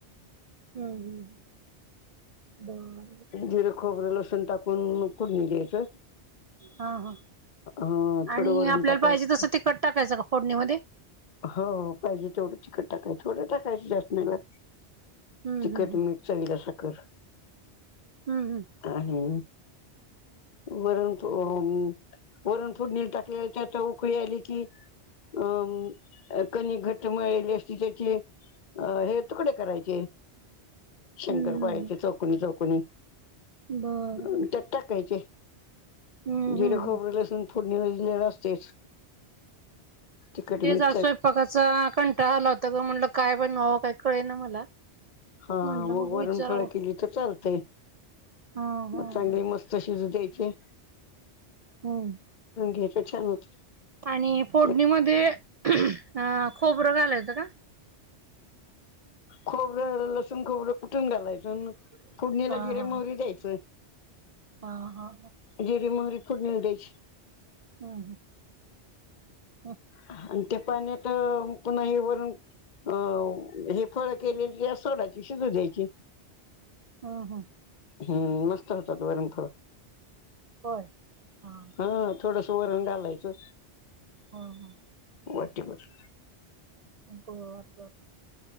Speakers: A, on the right; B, on the left.
A: हम्म हम् बर <inaudible>
B: जिरं, खोबरं, लसण टाकून म फोढणी द्यायचं.
A: हा हा
B: अ थोडं
A: आणि
B: वरण
A: आपल्याला
B: टाकायचं
A: पाहिजे तसं तिखट टाकायचं का? फोडणीमध्येध्ये.
B: हो पाहिजे तेवढं तिकट टाकायचं थोड टाकायचं जास्त नाही.
A: हम्म
B: तिखट
A: हम्म हम्म
B: मीठ चवीला आस कर
A: हम्म हम्म
B: आणि <unintelligible> वरण अ वरण फोडणी टाकली त्यात उकळी आली की अम अ कनीक घट्ट मिळलेली असती त्याची अ हे तुकडे करायचे. शंकरपाळाचे
A: हम्म हम्म
B: चोकणी चोकणी
A: बर
B: त्यात
A: बर
B: टाकायचे
A: हम्म
B: जिर
A: हम्म
B: खोबर
A: हम्म
B: लसून फोडणीला दिलेलं असतयच तिखटमीट
A: ला स्वयंपाकाचा कंटाळा आला होता ग म्हटलं काय बनवाव काय कळे ना मला
B: हा
A: म्हटलं
B: मग वरणफळ
A: विचारावं
B: केली तर चालतेय
A: हा हा
B: म चांगली
A: ह
B: मस्त शिज द्यायचे
A: हम्म
B: हेच छान होत
A: आणि फोडणीमध्ये
B: त्यात
A: अ खोबरं घालायचं का
B: खोबरं लसून खोबरं कु टून घालायचं अन फुडणीला
A: हा
B: जिरे
A: हा
B: मोहरी द्यायचं
A: हा हा
B: जिरी मोहरी फुडणिला द्यायची
A: हा हा हं
B: आणि ते पाणी आता पुन्हा हे भरून अ हे फळ केलेली यात सोडायची शिजू द्यायची
A: हां हां
B: हं मस्त होतात वरण फळं
A: होय हा
B: हां थोडस वरण घालायचं
A: हां हां
B: वाटीभर
A: बर बर